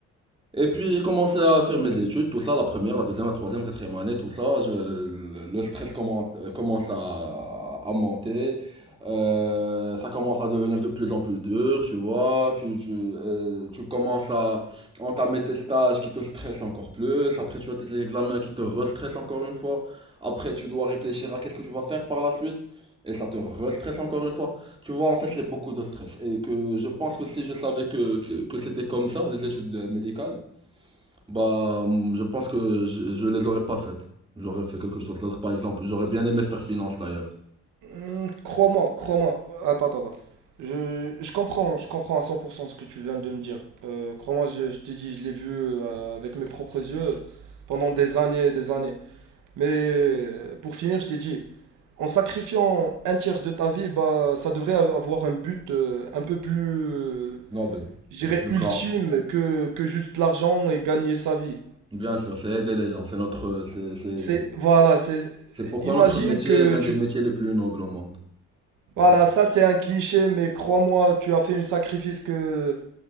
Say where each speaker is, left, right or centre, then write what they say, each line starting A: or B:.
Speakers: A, on the right (about 20°); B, on the right (about 85°).
A: Et puis j'ai commencé à faire mes études, tout ça, la première, la deuxième, la troisième, quatrième année, tout ça. je- le le stress commen- euh, commence à, à monter. Euh, ça commence à devenir de plus en plus dur, tu vois. Tu, tu, euh, tu commences à entamer tes stages qui te stressent encore plus. Après, tu as tes examens qui te restressent encore une fois. Après, tu dois réfléchir à qu'est-ce que tu vas faire par la suite. Et ça te restresse encore une fois. Tu vois, en fait, c'est beaucoup de stress. Et que je pense que si je savais que, que, que c'était comme ça, les études euh, médicales, bah, mm, je pense que je, je les aurais pas faites. J'aurais fait quelque chose d'autre. Par exemple, j'aurais bien aimé faire finance d'ailleurs.
B: Hmm, crois-moi, crois-moi. Attends, attends, attends. Je, je comprends, je comprends à 100% ce que tu viens de me dire. Euh, crois-moi, je, je te dis, je l'ai vu euh, avec mes propres yeux pendant des années et des années. Mais euh, pour finir, je t'ai dit, En sacrifiant un tiers de ta vie, bah, ça devrait av- avoir un but euh, un peu plus, euh,
A: Noble.
B: je dirais,
A: Le plus
B: ultime
A: grand.
B: que, que juste l'argent et gagner sa vie.
A: Bien sûr, c'est aider les gens. C'est notre, c'est, c'est,
B: C'est, voilà, c'est,
A: c'est pourquoi
B: imagine
A: notre métier
B: que
A: est l'un
B: tu,
A: des métiers les plus nobles au monde. C'est
B: voilà,
A: pour.
B: ça c'est un cliché, mais crois-moi, tu as fait un sacrifice que